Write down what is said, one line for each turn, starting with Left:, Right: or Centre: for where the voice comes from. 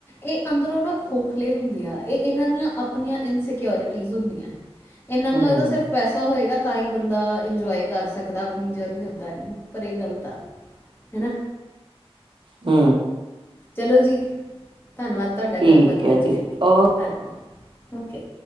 Left: ਇਹ ਅੰਦਰੋਂ ਨਾ ਖੋਖਲੇ ਹੁੰਦੇ ਆ ਇਹ ਇਹਨਾਂ ਦੀਆਂ ਆਪਣੀਆਂ ਇਨਸਿਕਿਓਰਿਟੀਜ਼ ਹੁੰਦੀਆਂ। ਇਹਨਾ ਨੂੰ
Right: ਹਮ
Left: ਲੱਗਦਾ ਸਿਰਫ। ਪੈਸਾ ਹੋਏਗਾ ਤਾਂ ਹੀ ਬੰਦਾ ਇੰਜੋਏ ਕਰ ਸਕਦਾ ਆਪਣੀ ਜਰਨੀ ਓਦਾਂ ਨਹੀਂ ਪਰ ਇਹ ਗਲਤ ਆ। ਹੈਨਾ।
Right: ਹੂੰ!
Left: ਚਲੋ ਜੀ, ਧੰਨਵਾਦ। ਤੁਹਾਡਾ
Right: ਠੀਕ
Left: ਗੱਲਬਾਤ
Right: ਹੈ
Left: ਕਰਨ
Right: ਜੀ,
Left: ਦੇ ਲਈ
Right: ਉਕੇ।
Left: ਧੰਨਵਾਦ, ਓਕੇ।